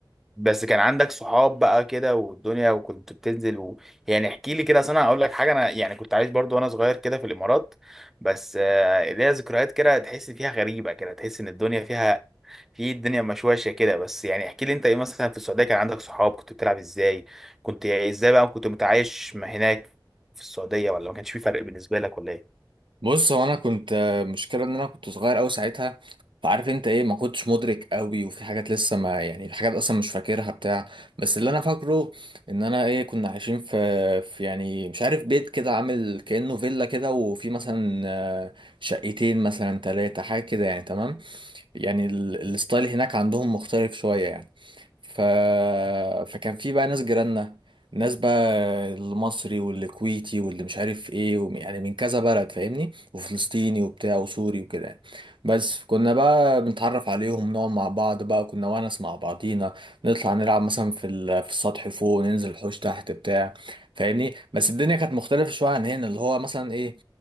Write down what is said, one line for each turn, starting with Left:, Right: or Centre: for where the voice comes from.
Centre: بس كان عندك صحاب بقى كده والدنيا وكنت بتنزل و... يعني احكي لي كده أصل انا اقول لك حاجه انا يعني كنت عايش برضو وانا صغير كده في الامارات بس آه، ليا ذكريات كده تحس فيها غريبه كده تحس ان الدنيا فيها في الدنيا مشوشه كده بس يعني احكي لي انت ايه مثلا في السعوديه كان عندك صحاب كنت بتلعب ازاي كنت ازاي بقى كنت متعايش ما هناك في السعوديه ولا ما كانش في فرق بالنسبه لك ولا ايه
Right: بص هو انا كنت مشكلة ان انا كنت صغير قوي ساعتها فعارف انت ايه ما كنتش مدرك قوي وفي حاجات لسه ما يعني في حاجات اصلا مش فاكرها بتاع بس اللي انا فاكره ان انا ايه كنا عايشين في في يعني مش عارف بيت كده عامل كأنه فيلا كده وفي مثلا آه، شقتين مثلا ثلاثة حاجة كده يعني تمام يعني ال- الستايل هناك عندهم مختلف شوية يعني ف... فكان في بقى ناس جيراننا ناس بقى المصري والكويتي واللي مش عارف ايه وم- يعني من كذا بلد فاهمني وفلسطيني وبتاع وسوري وكده يعني. بس كنا بقى بنتعرف عليهم نقعد مع بعض بقى كنا ونس مع بعضينا نطلع نلعب مثلا في ال... في السطح فوق ننزل الحوش تحت بتاع فاهمني بس الدنيا كانت مختلفة شوية عن هنا اللي هو مثلا ايه